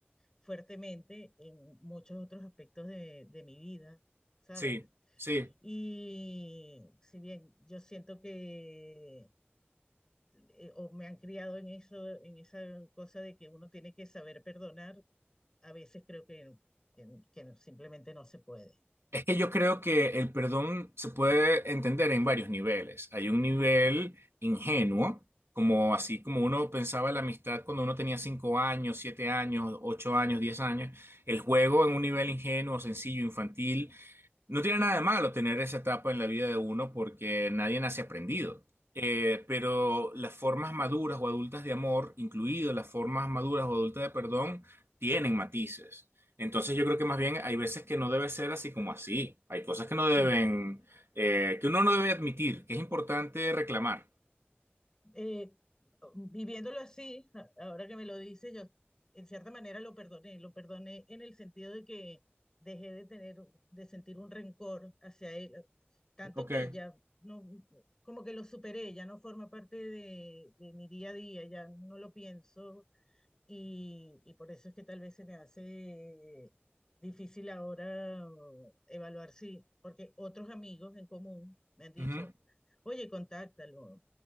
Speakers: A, on the left (about 15°); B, on the right (about 75°).
A: fuertemente en muchos otros aspectos de, de mi vida, ¿sabes?
B: sí, sí.
A: Y si bien yo siento que eh, o me han criado en eso, en esa cosa de que uno tiene que saber perdonar, a veces creo que, que- que simplemente no se puede.
B: Es que yo creo que el perdón se puede entender en varios niveles. Hay un nivel ingenuo, como así como uno pensaba en la amistad cuando uno tenía cinco años, siete años, ocho años, diez años. El juego en un nivel ingenuo, sencillo, infantil. No tiene nada de malo tener esa etapa en la vida de uno porque nadie nace aprendido. Eh, pero las formas maduras o adultas de amor, incluido las formas maduras o adultas de perdón, tienen matices. Entonces yo creo que más bien hay veces que no debe ser así como así. Hay cosas que no
A: Sí.
B: deben, eh, que uno no debe admitir, que es importante reclamar.
A: eh, viviéndolo así, a- ahora que me lo dice, yo en cierta manera lo perdoné, lo perdoné en el sentido de que dejé de tener, de sentir un rencor hacia él, tanto
B: Ok.
A: que ya no, como que lo superé, ya no forma parte de, de mi día a día, ya no lo pienso y, y por eso es que tal vez se me hace difícil ahora mm, evaluar si porque otros amigos en común me han dicho,
B: Ujú.
A: oye, contáctalo,